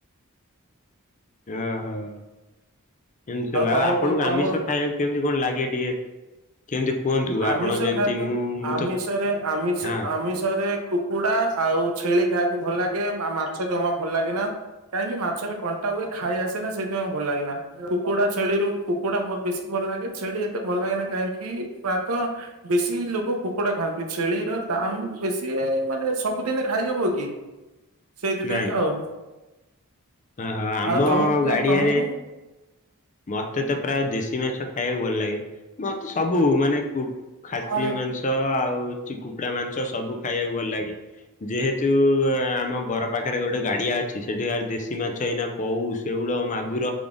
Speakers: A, on the left (about 35°); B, on the right (about 75°).
A: ଓହୋ। ଏମତି ସବୁ, ଆଉ
B: ତମକୁ
A: ଆପଣଙ୍କୁ
B: ତମ
A: ଆମିଷ ଖାଇବାକୁ କେମିତି କଣ ଲାଗେ ଟିକେ କେମିତି କୁହନ୍ତୁ?
B: ଆମିଷ
A: ଆପଣ ଯେମିତି
B: ଖାସ୍ କରି,
A: ମୁଁ ମୁଁ
B: ଆମି
A: ତ
B: ସରେ, ଆମିଷ-
A: ହଁ
B: ଆମିଷରେ ଖୁ କୁକୁଡା ଆଉ ଛେଳି ଖାଇବାକୁ ଭଲ ଲାଗେ। ମା-ମାଛ ଜମା ଭଲ ଲାଗେନା। କାହିଁକି ମାଛରେ କଣ୍ଟା ହୁଏ, ଖାଇ ଆସେନା ସେଥିପାଇଁ ଭଲ ଲାଗେ ନା। କୁକୁଡା ଛେଳିରୁ କୁକୁଡା ମୋର ବେଶୀ ଭଲ ଲାଗେ। ଛେଳି ଏତେ ଭଲ ଲାଗେ ନା କାହିଁକି ପ୍ରୟାତ ବେଶୀ ଲୋକ କୁକୁଡା ଖାଆନ୍ତି। ଛେଳିର ଦାମ୍ ବେଶି ମାନେ ସବୁଦିନେ ଖାଇହବ କି? ସେଇଥିପାଇଁ
A: ନାଇଁ
B: କା ଆଉ।
A: ଓହୋ ଆମ
B: ଆଉ ତମକୁ,
A: ଗାଡିଆରେ
B: ତମକୁ?
A: ମତେ ତ ପ୍ରାୟ ଦେଶୀ ମାଛ ଖାଇବାକୁ ଭଲ ଲାଗେ। ମତେ ସବୁ ମାନେ କୁ-ଖାସି
B: ହଁ
A: ମାଂସ ତ ଆଉ ଚି କୁକୁଡ଼ା ମାଂସ ସବୁ ଖାଇବାକୁ ଭଲ ଲାଗେ। ଯେହେତୁ ଆମ ଘର ପାଖରେ ଗୋଟେ ଗାଡିଆ ଅଛି। ସେଠି ଆ ଦେଶୀ ମାଛ ଏଇନା କଉ ସେଉଳ ମାଗୁର